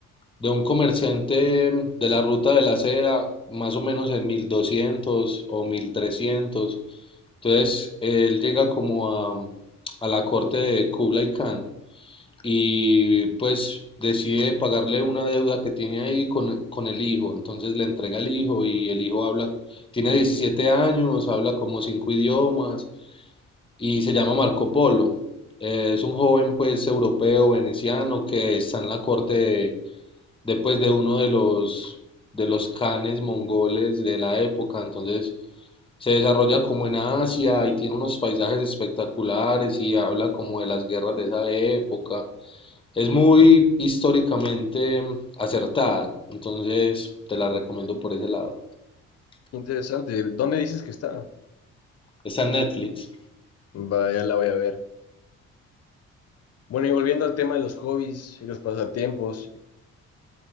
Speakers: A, on the left; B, on the left.
A: de un comerciante de la ruta de la seda, más o menos en 1200 o 1300. Entonces, él llega como a, a la corte de Kublai Khan y pues decide pagarle una deuda que tiene ahí con, con el hijo. Entonces le entrega al hijo y el hijo habla, tiene 17 años, habla como cinco idiomas y se llama Marco Polo. Eh, es un joven pues europeo, veneciano, que está en la corte de, de, pues, de uno de los, de los canes mongoles de la época. Entonces se desarrolla como en Asia y tiene unos paisajes espectaculares y habla como de las guerras de esa época. Es muy históricamente acertada, entonces te la recomiendo por ese lado.
B: Interesante. ¿Dónde dices que está?
A: Está en Netflix.
B: Vaya, la voy a ver. Bueno, y volviendo al tema de los hobbies y los pasatiempos,